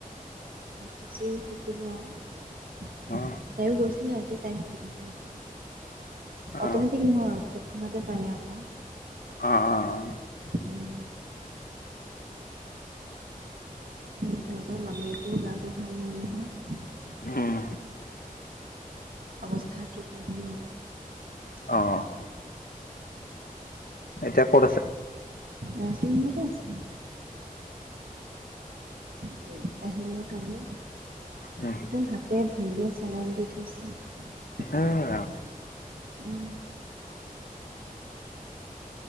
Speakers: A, on the right; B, on the left.
A: তুচিও শিকিব আৰু,
B: অ
A: তাইওঁ গৈছিলো আজি তাইক সুবিধাটো নাপালে।
B: অ
A: অট'মেটিক নহয়, তৎক্ষণাতে পাৰে আকৌ।
B: অ <unintelligible>
A: উম। সেই সিহঁতৰ মামীয়েকো গাটো ভাল নাই নহয়।
B: উম।
A: অৱস্থা ঠিক নহয় মানে।
B: অ'। এতিয়া ক'ত আছে?
A: নাৰ্ছিং হোমতে আছে। জেগ কাহিলে কালি,
B: উম
A: একদম হাতে ভৰিয়ে চেলাইন দি থৈছে।
B: এ ৰাম
A: উম।